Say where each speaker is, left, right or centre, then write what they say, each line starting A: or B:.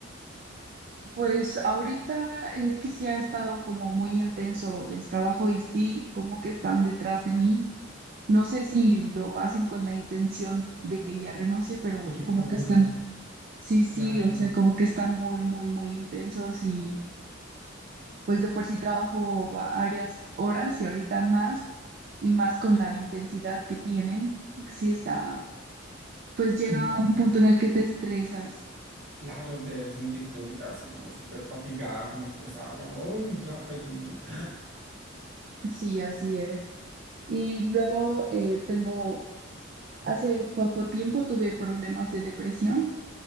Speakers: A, on the right (about 45°); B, on the right (about 65°).
A: Pues ahorita es que sí ha estado como muy intenso el trabajo y sí, como que están detrás de mí. No sé si lo hacen con la intención de que ya renuncie, pero
B: y que te
A: como
B: aburras,
A: que están, sí, sí,
B: claro.
A: o sea, como que están muy, muy, muy intensos y pues de por sí trabajo varias horas y ahorita más y más con la intensidad que tienen. Sí está, pues llega
B: No,
A: un punto en el que te estresas.
B: claro, debes sentirte ahorita así como súper fatigada, como estresada, como, uy, ya cállense. <gasps>
A: Sí, así es. Y luego eh, tengo Hace poco tiempo tuve problemas de depresión.